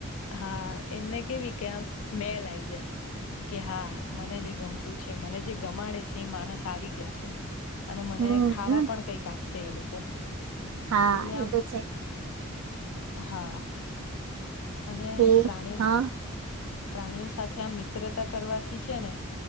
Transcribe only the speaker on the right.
હમ
હમ
હા,
એું
છે.
કે
હા